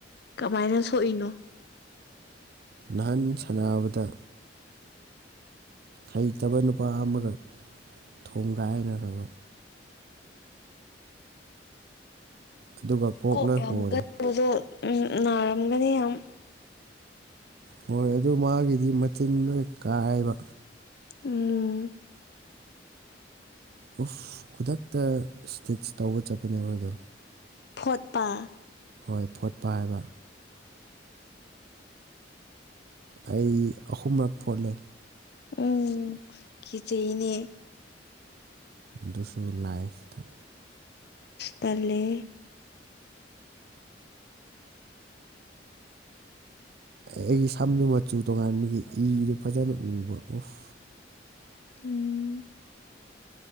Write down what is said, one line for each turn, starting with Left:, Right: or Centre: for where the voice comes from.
Left: ꯀꯃꯥꯏꯅ ꯁꯣꯛꯏꯅꯣ꯫
Right: ꯅꯍꯥꯟ ꯁꯥꯟꯅꯕꯗ꯫ ꯍꯩꯇꯕ ꯅꯨꯄꯥ ꯑꯃꯒ ꯊꯣꯡꯒꯥꯏꯅꯒ꯭ꯔꯥꯕ꯫ ꯑꯗꯨꯒ
Left: ꯀꯣꯛ
Right: ꯂꯣꯏ
Left: ꯌꯥꯝ
Right: ꯍꯣꯔꯦ
Left: ꯀꯟꯕꯗꯣ ꯎꯝ ꯅꯥꯔꯝꯒꯅꯤ ꯌꯥꯝ
Right: ꯍꯣꯏ ꯑꯗꯨ ꯃꯥꯒꯤꯗꯤ ꯃꯆꯤꯟ ꯂꯣꯏ ꯀꯥꯏꯕ꯫
Left: ꯎꯝ꯫
Right: ꯎꯐ ꯈꯨꯗꯛꯇ ꯏꯁꯇꯤꯆ ꯇꯧꯕ ꯆꯠꯄꯅꯦꯕ ꯑꯗꯣ꯫
Left: ꯐꯣꯠꯄ꯫
Right: ꯍꯣꯏ ꯐꯣꯠꯄ ꯍꯥꯏꯕ꯫ ꯑꯩ ꯑꯍꯨꯝꯔꯛ ꯐꯣꯠꯂꯦ꯫
Left: ꯎꯝ ꯀꯤꯆꯩꯌꯦꯅꯦ꯫
Right: ꯗꯨꯁꯨ ꯂꯥꯏꯐꯇ꯫
Left: ꯇꯜꯂꯦ
Right: ꯑꯩ ꯁꯝꯗꯨ ꯃꯆꯨ ꯇꯣꯉꯥꯟꯕꯒꯤ ꯏꯗꯨ ꯐꯖꯅ ꯎꯕ ꯎꯐ꯫
Left: ꯎꯝ꯫